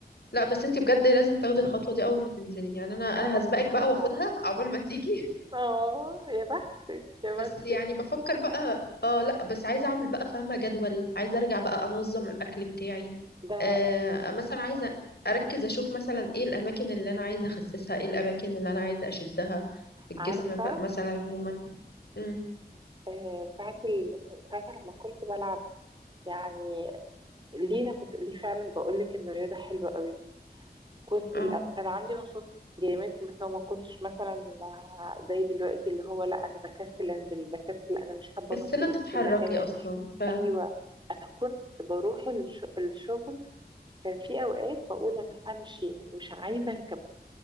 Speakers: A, on the left; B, on the right.
A: لا بس انت بجد لازم تاخدي الخطوه دي اول ما تنزلي يعني انا
B: إن شاء
A: انا
B: الله
A: هسبقك بقى
B: هرجع
A: واخدها عقبال ما تيجي
B: آه يا بختك يا بختك
A: بس يعني بفكر بقى اه لا بس عايزه اعمل بقى فاهمه جدول عايزه ارجع بقى انظم الاكل بتاعي
B: ده
A: آه مثلا عايزه اركز اشوف مثلا ايه الاماكن اللي انا عايزه اخسسها ايه الاماكن اللي انا عايزه اشدها في الجسم
B: عارفة
A: ف- مثلا عموما امم
B: آه، ساعة ال... ساعة لما كنت بلعب يعني ليه انا كنت ليه فعلا بقول لك ان الرياضه حلوه قوي كنت
A: اه
B: الأ- كان عندي نشاط جامد بس هو ما كنتش مثلا زي دلوقتي اللي هو لا انا بكسل انزل بكسل انا مش حابه
A: كسلة
B: اروح في
A: تتحركي
B: في المكان يعني.
A: اصلا فاهم
B: ايوه انا كنت بروح الش- الشغل كان في اوقات بقول
A: اه
B: انا همشي مش عايزه اركب